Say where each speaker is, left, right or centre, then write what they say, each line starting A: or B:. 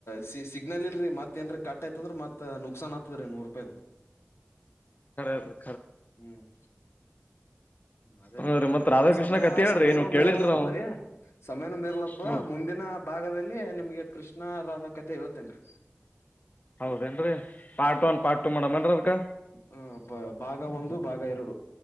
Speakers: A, on the left; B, on the left.
A: ಸಿ ಸಿಗ್ನಲ್ ಇಲ್ರರಿ ಮತ್ತತ್ ಏನ್ರೀ ಕಾಟ್ ಆಯತಂದ್ರ ಮತ್ ನ ಸನ್ ಆಗ್ತದೆ ರೀ ನೂರು ರೂಪಾಯ್ದ.
B: ಖರೆ ಹೇಳ್ರಿ.
A: ಹ್ಮ್ ಅದೇ
B: ಹಾ
A: ರೀಟೈಮ್
B: ರೀ ಮತ್ ರಾಧಾಕೃಷ್ಣ
A: ಸಮಯ
B: ಕತಿ ಹೇಳ್ರಿ
A: ಸಮಯನೂ
B: ಏನು ಕೇಳಿಲ್ರಿ
A: ಮೀರ್ಲಕ್ಕಪ್ಪದ್ರೀ
B: ನಾವು
A: ಸಮಯನೂ ಮೀರ್ಲಪ್ಪ
B: ಹೌದ್
A: ಮುಂದಿನ ಭಾಗದಲ್ಲಿ ನಿಮ್ಗೆ ಕೃಷ್ ನಾ ರಾದಾ ಕತೆ ಹೇಳ್ತೇನ್ರಿ.
B: ಹೌದೇನ್ರೀ ಪಾರ್ಟ್ ಒನ್ ಪಾರ್ಟ್ ಟು ಮಾಡಡಿನ್ರಿ ಅದ್ಕ್.
A: ಹ ಭಾ ಭಾಗ ಒಂದು ಭಾಗ ಎರಡು.